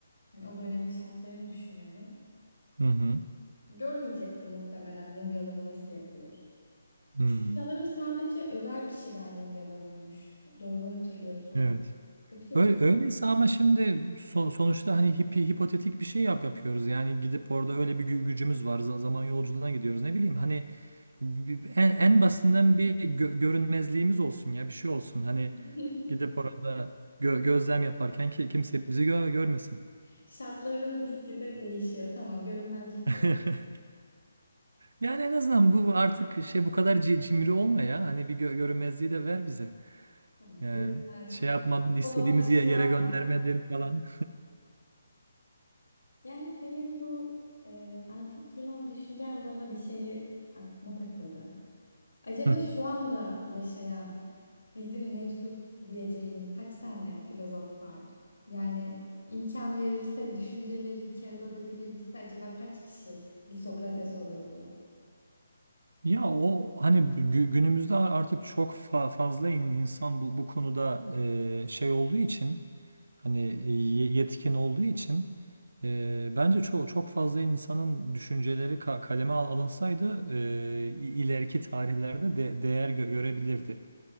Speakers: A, on the left (about 85°); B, on the right (about 75°).
A: Hani o dönemin şartlarını düşünüyorum.
B: <laughs> Hı hı.
A: Görmeyecektim muhtemelen mumyalama nasıl yapılır.
B: Hmm.
A: Çünkü sanırım sadece özel kişiler mumyalanıyormuş. Doğru hatırlıyorsam.
B: Evet.
A: Yoksa
B: Öyle, öyleyse ama şimdi son- sonuçta hani hipi, hipotetik bir şey yap yapıyoruz. Yani gidip orada öyle bir gü- gücümüz var. za- Zaman yolculuğuna gidiyoruz. Ne bileyim hani bi- bi- en, en basitinden bir gö- görünmezliğimiz olsun ya bir şey olsun. Hani
A: <laughs>
B: gidip orada gö- gözlem yaparken ki kimse bizi gö- görmesin.
A: Şartlarımız gitgide değişiyor. Tamam, görünmezlik
B: <laughs>
A: de var.
B: Yani en azından bu artık şey bu kadar ci- cimri olma ya. Hani bir gö- görünmezliği de ver bize.
A: Tamam,
B: Yani
A: görünmezlik
B: şey yapmadın,
A: var.
B: istediğimiz
A: O zaman ışınlan.
B: ye- yere göndermedin falan.
A: Yani senin bu e, antik Yunan düşüncen bana bir şeyi aklıma takıldı. Acaba
B: <laughs>
A: şu anda yaşayan bizim meczup diyeceğimiz kaç tane filozof var? Yani imkan verilse, düşünceleri bir kağıda dökülebilse acaba kaç kişi bir Sokrates olurdu?
B: Ya o hani gü- günümüzde artık çok fa- fazla in- insan bu, bu konuda e, şey olduğu için hani e, ye- yetkin olduğu için e, bence çok çok fazla insanın düşünceleri ka- kaleme al- alınsaydı e, i- ileriki tarihlerde de değer gö- görebilirdi.